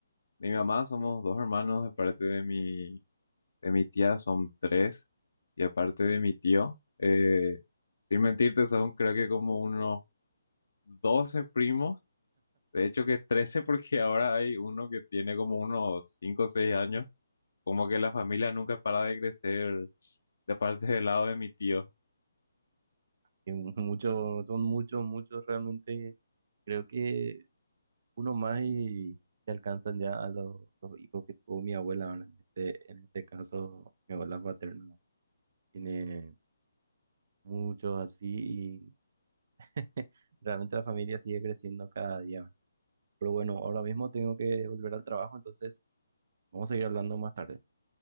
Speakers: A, on the left; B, on the right.
A: mi mamá somos dos hermanos, de parte de mi De mi tía son tres. Y aparte de mi tío, eh, sin mentirte, son creo que como unos 12 primos. De hecho que 13 porque ahora hay uno que tiene como unos 5 o 6 años. Como que la familia nunca para de crecer de parte del lado de mi tío.
B: Y mu- <laughs> muchos, son muchos, muchos realmente. Creo que uno más y se alcanzan ya a los, los hijos que tuvo mi abuela. ¿verdad? En este, en este caso, mi abuela paterna tiene muchos así y <laughs> realmente la familia sigue creciendo cada día. ¿verdad? Pero bueno, ahora mismo tengo que volver al trabajo, entonces vamos a seguir hablando más tarde.